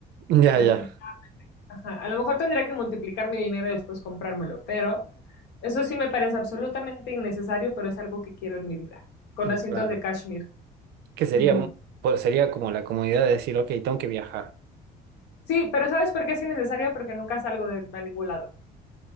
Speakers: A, on the right; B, on the left.
A: Ya,
B: definitivamente.
A: ya,
B: Ajá, a lo mejor tendría que multiplicar mi dinero y después comprármelo, pero eso sí me parece absolutamente innecesario, pero es algo que quiero en mi vida, con
A: mm,
B: asientos
A: claro.
B: de cashmere.
A: Que sería,
B: Ujú.
A: mu- pues sería como la comodidad de decir, ok, tengo que viajar.
B: Sí, pero ¿sabes por qué es innecesario? Porque nunca salgo de a ningún lado.